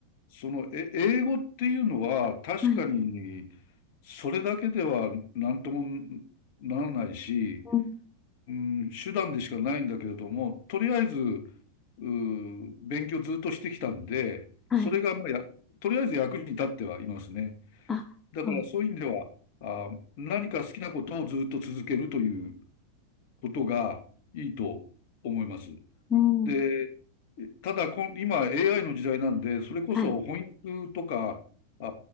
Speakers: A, on the left (about 45°); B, on the left (about 15°).
A: その、え、英語っていうのは確かに、
B: はい。
A: それだけでは何ともならないし、
B: うん。
A: うん、手段でしかないんだけれども、とりあえず、うー勉強ずっとしてきたんで、
B: はい。
A: それがまあや、とりあえず役に立ってはいますね。
B: あ、
A: だからそういう意味では、
B: そうね。
A: あー、何か好きなことをずっと続けるということがいいと思います。
B: うん。
A: で、ただこん、今 AI の時代なんで、それこそ翻訳とか、
B: はい。
A: あ